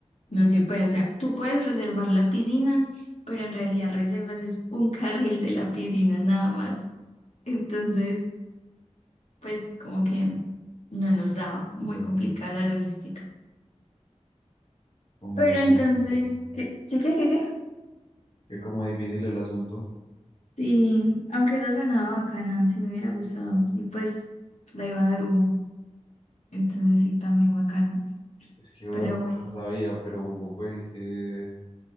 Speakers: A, on the left (about 75°); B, on the left (about 55°).
A: no se puede. O sea, tú puedes reservar la piscina, pero en realidad reservas es un <laughs> carril de la piscina nada más. Entonces pues como que no nos da muy
B: bien,
A: complicada la logística.
B: como
A: Pero
B: difícil,
A: entonces,
B: ¿no?
A: ¿qué, qué, qué, qué? qué?
B: que como difícil el asunto.
A: Sí, aunque esa sonaba bacana, sí me hubiera gustado. Y pues la iba a dar Hugo, entonces sí, también bacana.
B: Es que yo
A: Pero bueno,
B: no sabía, pero Hugo, pues es que,